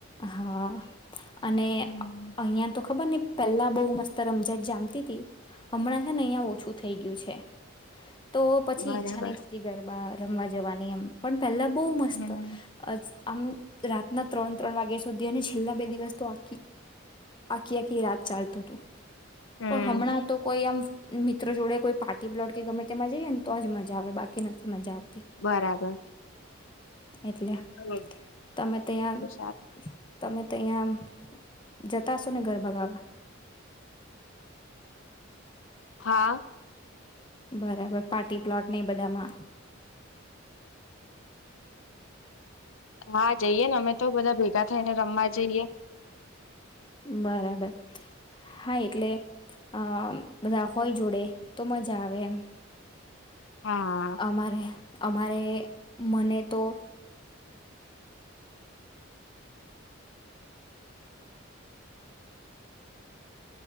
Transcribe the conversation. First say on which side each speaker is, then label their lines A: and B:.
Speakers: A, on the left; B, on the left.
A: હા અને
B: હમ
A: અહિયાં તો ખબર ન પેલા બહુ મસ્ત રમઝટ જામતી તી હમણાં છે ને અહિયાં ઓછું થઈ ગયું છે તો પછી
B: બરાબર
A: ઈચ્છા નહી થતી ગરબા રમવા જવાની એમ પણ પેલા બહુ મસ્ત
B: હમ
A: આમ રાતના ત્રણ ત્રણ વાગ્યા સુધી અને છેલ્લા બે દિવસ તો આ આખી આખી રાત ચાલતું હતું
B: હમ
A: તો હમણાં તો કોઈ આમ મિત્રો જોડે કોઈ પાર્ટી પ્લોટ કે ગમે તેમાં જઈએ ને તો જ મજા આવે બાકી નથી મજા આવે
B: બરાબર
A: એટલે
B: સારું
A: તમે ત્યાં
B: સારું
A: <inaudible> તમે તો અહીંયા જતાશો ને ગરબા ગાવા
B: હા
A: બરાબર પાર્ટી પ્લોટને એ બધામાં
B: હા જઈએ ને અમે તો બધા ભ ભેગા થઈ ને રમવા જઈએ
A: બરાબર હા એટલે અ બધા હોય જોડે તો મજા આવે તવેમ
B: હા
A: અમારે અમારે મને તો